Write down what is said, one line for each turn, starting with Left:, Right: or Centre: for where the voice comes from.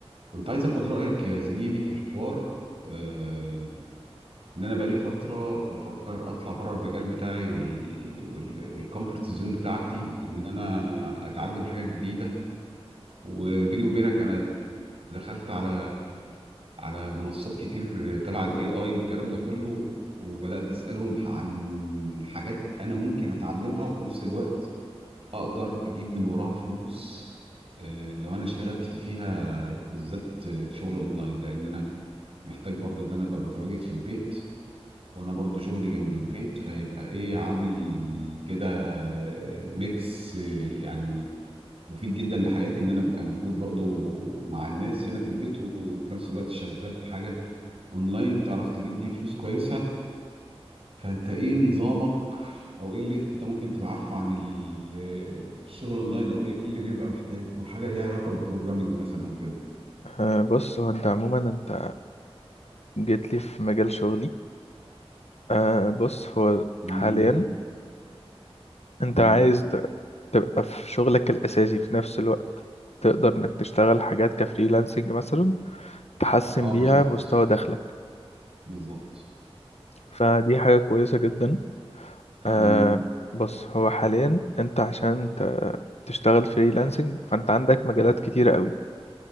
Right: كنت عايز اخد رأيك يا زميلي في حوار آه، ان انا بقالي فترة بفكر اطلع بره المجال بتاعي وال وال والكومفورت زون بتاعتي ان انا اتعلم حاجة جديدة وبيني وبينك انا دخلت على على منصات كتير تبع الاي اي والكلام ده كله وبدأت اسألهم عن حاجات انا ممكن اتعلمها وفي نفس الوقت اقدر اجيب من وراها فلوس آه، لو انا اشتغلت فيها بالذات شغل اونلاين لان انا محتاج برضو ان انا ابقى متواجد في البيت وانا برضو شغلي جنب البيت فيبقى ايه عامل كده آه، ميكس آه، يعني مفيد جدا لحياتي ان انا ببقى موجود برضو مع الناس هنا في البيت وفي نفس الوقت شغال في حاجة اونلاين تعرف تجيب لي فلوس كويسة فانت ايه نظامك او ايه اللي انت ممكن تبقى عارفه عن ال- الشغل اونلاين او ايه اللي بيبقى محتاج او حاجة ليها علاقة بالبروجرامينج مثلا او كده
Left: أه بص هو انت عموما انت جيت لي في مجال شغلي أه بص هو
Right: امم
Left: حاليا انت
Right: امم
Left: عايز ت- تبقى في شغلك الاساسي في نفس الوقت تقدر انك تشتغل حاجات كفريلانسنج مثلا تحسن
Right: اه
Left: بيها
Right: بالظبط
Left: مستوى دخلك
Right: بالظبط
Left: فدي حاجة كويسة جدا أه
Right: امم
Left: بص هو حاليا انت عشان ت- تشتغل فريلانسنج فانت عندك مجالات
Right: إمم.
Left: كتيرة قوي